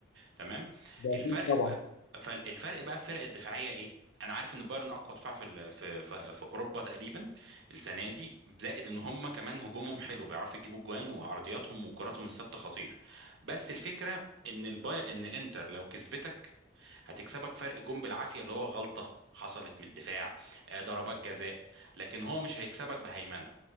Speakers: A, on the right (about 70°); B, on the left (about 80°).
A: تمام
B: ده
A: الفرق
B: اكيد طبعا
A: بقى فالفرق بقى في الفرق الدفاعيه ايه انا عارف ان بايرن اقوى دفاع في ال- في في, في اوروبا تقريبا السنه دي زائد ان هم كمان هجومهم حلو بيعرفوا يجيبوا جوان وعرضياتهم وكراتهم الثابته خطيره بس الفكره ان الباي ان انتر لو كسبتك هتكسبك فرق جون بالعافيه اللي هو غلطه حصلت من الدفاع آه، ضربات جزاء لكن هو مش هيكسبك بهيمنه